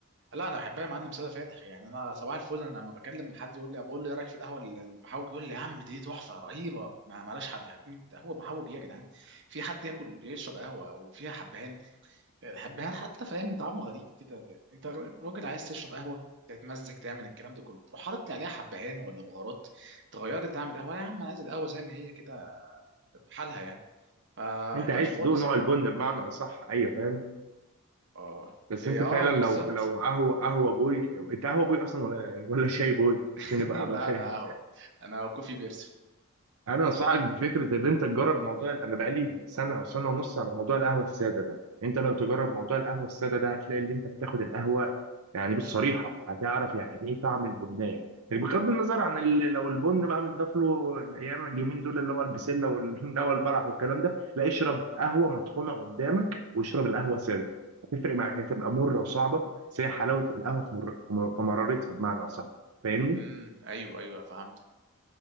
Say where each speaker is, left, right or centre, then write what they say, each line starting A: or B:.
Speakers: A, on the right; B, on the right.
A: لا انا بحبها يا معلم سادة فاتح يعني انا صباح الفل انا لما بكلم حد يقول لي بقول له ايه رايك في القهوة المحوج يقول لي يا عم دي تحفة رهيبة ما مالهاش حل يا عم قهوة محوج ايه يا جدعان في حد ياكل يشرب قهوة او فيها حبهان الحبهان حتى فاهم طعمه غريب كده انت راجل عايز تشرب قهوه تتمزج تعمل الكلام ده كله تروح حاطط لي عليها حبهان ولا بهارات تغيري تعمل قهوه يا عم انا عايز القهوه زي ما هي كده بحالها يعني فما
B: انت
A: بحبهاش
B: عايز
A: خالص
B: تدوق نوع
A: انت
B: البن بمعنى اصح ايوه فاهم
A: اه
B: بس
A: في
B: انت
A: اه
B: فعلا لو
A: بالظبط
B: لو قهوه قهوه بوي انت قهوه بوي اصلا ولا ولا شاي بوي عشان
A: <laughs>
B: ابقى ابقى
A: لا
B: فاهم
A: انا قهوه انا كوفي بيرسون
B: انا انصحك بفكره ان انت تجرب موضوع انا بقالي سنه او سنه ونص على موضوع القهوه الساده ده انت لو تجرب موضوع القهوه الساده ده هتلاقي ان انت بتاخد القهوه يعني بالصريحه هتعرف يعني ايه طعم البنان يعني بغض النظر عن ال... لو البن بقى متضاف له الايام اليومين دول اللي هو البسله والهمنه والبلح <laughs> والكلام ده لا اشرب قهوه مطحونه قدامك واشرب القهوه الساده هتفرق معاك هتبقى مره وصعبه بس هي حلاوه القهوه في, مر... في مرارتها بمعنى اصح فاهمني
A: امم ايوه ايوه فهمت